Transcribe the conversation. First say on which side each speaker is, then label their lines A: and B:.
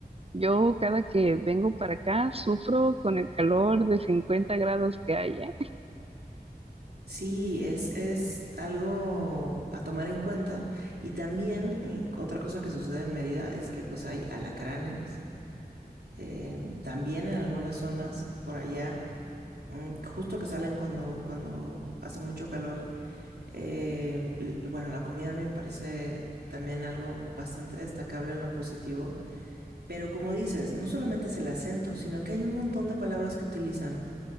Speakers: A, on the right; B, on the right.
A: Yo cada que vengo para acá sufro con el calor de 50 grados que hay, ¿eh?
B: Sí, es, es algo a tomar en cuenta. Y también mm, otra cosa que sucede en Mérida es que pues hay alacranes eh, también en algunas zonas por allá, mm, justo que salen cuando, cuando hace mucho calor. Eh, l- bueno, la comida a mí me parece también algo bastante destacable en lo positivo, pero como dices, no solamente es el acento, sino que hay un montón de palabras que utilizan